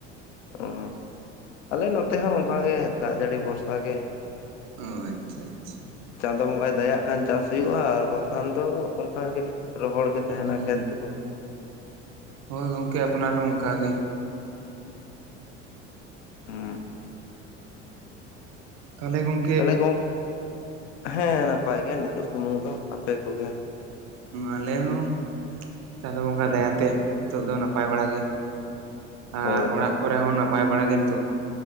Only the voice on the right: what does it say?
ᱚᱸ ᱟᱪᱷᱟ ᱟᱪᱷᱟ᱾
ᱦᱩᱸ
ᱦᱩᱸ,
ᱦᱳᱭ ᱜᱚᱝᱠᱮ ᱟᱯᱱᱟᱨ ᱦᱚᱸ ᱚᱱᱠᱟᱜ ᱜᱮ᱾
ᱛᱟᱦᱚᱞᱮ ᱜᱚᱝ
ᱟᱞᱮ ᱦᱚᱸ ᱪᱟᱸᱫᱳ ᱵᱚᱸᱜᱟ
ᱫᱟᱭᱟ ᱛᱮ ᱱᱤᱛᱚᱜ ᱫᱚ ᱱᱟᱯᱟᱭ ᱵᱟᱲᱟ ᱜᱮ᱾
ᱟᱨ
ᱚᱲᱟᱜ ᱠᱚᱨᱮ ᱦᱚᱸ ᱱᱟᱯᱟᱭ ᱵᱟᱲᱟ ᱜᱮ ᱱᱤᱛᱚᱜ ᱫᱚ,